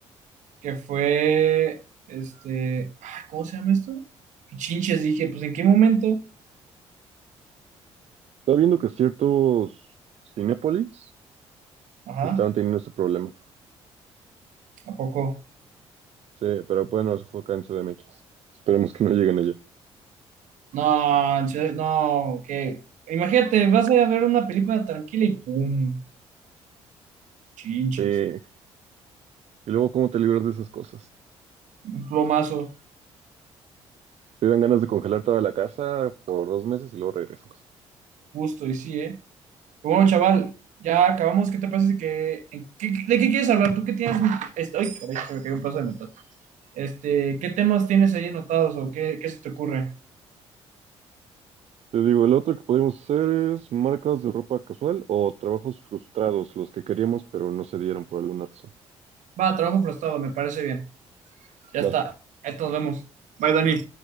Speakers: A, on the right; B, on the right.
A: Que fue, este, ay, ¿cómo se llama esto? Chinches, dije, pues ¿en qué momento?
B: Estaba viendo que ciertos cinépolis
A: Ajá,
B: estaban teniendo este problema.
A: ¿a poco?
B: Sí, pero bueno, eso fue acá en CDMX. Esperemos que no lleguen allá.
A: No, en serio, no, que Imagínate, vas a ver una película tranquila y ¡pum! Chinches.
B: Sí. Y luego, ¿cómo te libras de esas cosas?
A: Un plomazo,
B: Te dan ganas de congelar toda la casa por dos meses y luego regresas.
A: justo, y sí, ¿eh? Pero bueno, chaval, ya acabamos. ¿Qué te parece que... en- ¿qué- qué- ¿De qué quieres hablar? ¿Tú qué tienes... Este... ¡Ay, caray! se Me cayó un pedazo de metal. Este, ¿qué temas tienes ahí anotados o qué, qué se te ocurre?
B: Te digo, el otro que podríamos hacer es marcas de ropa casual o trabajos frustrados, los que queríamos pero no se dieron por alguna razón.
A: Va, trabajo frustrado, me parece bien. Ya está.
B: Va.
A: Ahí nos vemos. Bye, Dani.